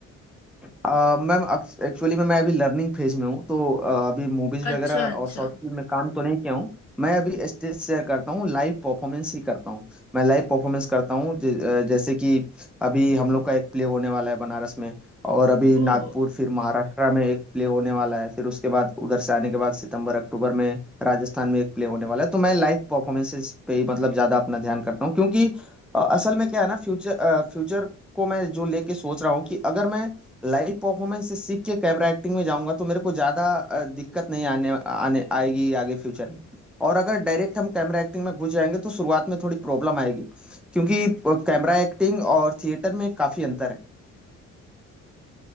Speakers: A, in the centre; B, on the left.
A: अ, मैम एक्चुअली में मैं अभी लर्निंग फेज में हूँ तो अ, अभी मूवीज वगैरह
B: अच्छा अच्छा
A: और शॉर्ट फिल्म में काम तो नहीं किया हूँ मैं अभी स्टेज शेयर करता हूँ लाइव परफॉर्मेंस ही करता हूँ मैं लाइव परफॉर्मेंस करता हूँ ज- अ, जैसे कि अभी हम लोग का एक प्ले होने वाला है बनारस में और अभी
B: ओह
A: नागपुर फिर महाराष्ट्र में एक प्ले होने वाला है फिर उसके बाद उधर से आने के बाद सितंबर अक्टूबर में राजस्थान में एक प्ले होने वाला है तो मैं लाइव परफॉर्मेंसेस पे ही मतलब ज़्यादा अपना ध्यान करता हूँ क्योंकि अ, असल में क्या है ना फ्यूचर फ्यूचर को मैं जो लेके सोच रहा हूँ कि अगर मैं लाइव परफॉर्मेंस से सीख के कैमरा एक्टिंग में जाऊंगा तो मेरे को ज्यादा अ, दिक्कत नहीं आने आने आएगी आगे फ्यूचर में और अगर डायरेक्ट हम कैमरा एक्टिंग में घुस जाएंगे तो शुरुआत में थोड़ी प्रॉब्लम आएगी क्योंकि कैमरा एक्टिंग और थिएटर में काफी अंतर है